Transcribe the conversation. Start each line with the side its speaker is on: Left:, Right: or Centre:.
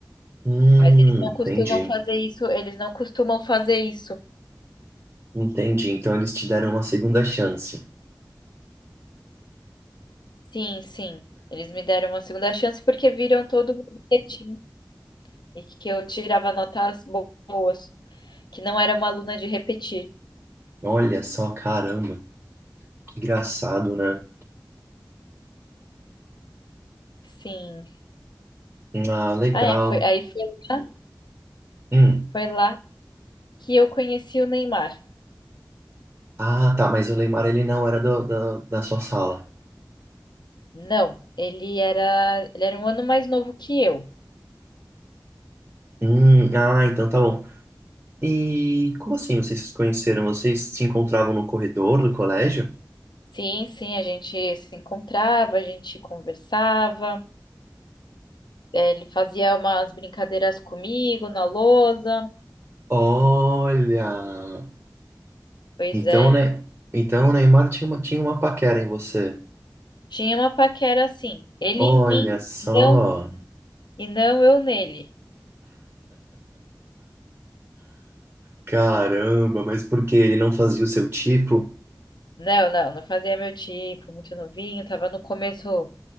Right: Hum,
Left: Mas eles não
Right: entendi.
Left: costumam fazer isso, eles não costumam fazer isso.
Right: Entendi. Então eles te deram uma segunda chance.
Left: Sim, sim. Eles me deram uma segunda chance porque viram todo o meu bilhetinho e que eu tirava notas bo- boas, que não era uma aluna de repetir.
Right: Olha só, caramba. Que engraçado, né?
Left: Sim.
Right: Ah, legal.
Left: Ah, é, foi, aí foi lá,
Right: Hum.
Left: foi lá que eu conheci o Neymar.
Right: Ah, tá, mas o Leymar ele não era do- da da sua sala.
Left: Não, ele era, ele era um ano mais novo que eu.
Right: Hum, ah, então tá bom. E como assim vocês se conheceram? Vocês se encontravam no corredor do colégio?
Left: Sim, sim, a gente se encontrava, a gente conversava, eh, ele fazia umas brincadeiras comigo na lousa.
Right: Olha,
Left: Pois
Right: então,
Left: é,
Right: né? Então o Neymar tinha uma, tinha uma paquera em você.
Left: tinha uma paquera assim. Ele
Right: Olha
Left: em mim
Right: só,
Left: não E não eu nele.
Right: caramba, mas por que ele não fazia o seu tipo?
Left: Não, não, não fazia meu tipo, muito novinho, tava no começo,